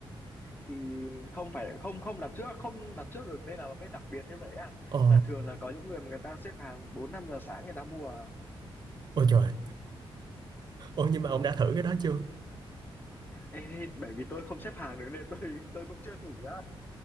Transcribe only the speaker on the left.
thì không phải không không đặt trước không đặt trước được nên là nó mới đặc biệt như vậy à
là thường là có những người mà người ta xếp hàng bốn năm giờ sáng người ta mua à.
Ê, bởi vì tôi không xếp hàng được nên tôi tôi cũng chưa thử á